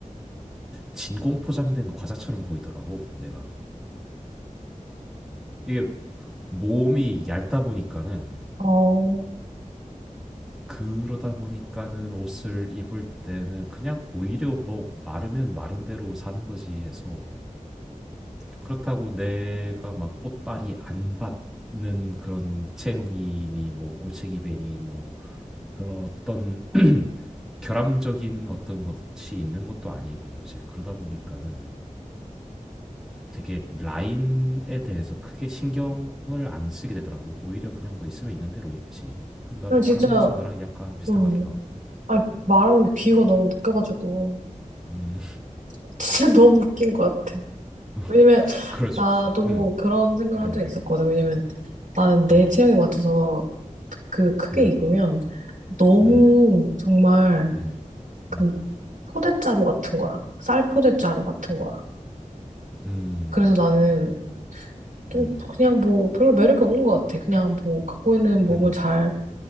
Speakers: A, in the centre; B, on the right.
A: 진공 포장된 과자처럼 보이더라고. 내가 이게 몸이 얇다 보니까는
B: 어.
A: 그러다 보니까는 옷을 입을 때는 그냥 오히려 뭐 마르면 마른 대로 사는 거지 해서 그렇다고 내가 막 옷빨이 안 받는 그런 체형이니 뭐 올챙이 배니 뭐 그런 어떤 결함적인 어떤 것이 있는 것도 아니고 이제 그러다 보니까는 되게 라인에 대해서 크게 신경을 안 쓰게 되더라고. 오히려 그냥 뭐 있으면 있는 대로 입지. 그 나도
B: 그냥 진짜,
A: 그런 면에서 너랑 약간 비슷한
B: 음,
A: 것 같기도 하고.
B: 아, 말하는 게 비유가 너무 웃겨가지고.
A: 음,
B: <laughs> 진짜 너무 웃긴 것 같아.
A: <laughs>
B: 왜냐면,
A: 그럴
B: 나도
A: 수 있지. 음,
B: 그런 생각을 한
A: 음,
B: 적이 있었거든. 왜냐면, 나는 내
A: 음,
B: 취향에 맞춰서 그 크게
A: 음,
B: 익으면 너무
A: 음,
B: 정말
A: 음,
B: 그
A: 음,
B: 포대자루 같은 거야. 쌀 포대자루 같은 거야.
A: 음,
B: 그래서 나는 좀
A: 음,
B: 그냥 뭐 별로 매력이 없는 것 같아. 그냥 뭐 갖고 있는 몸을
A: 음,
B: 잘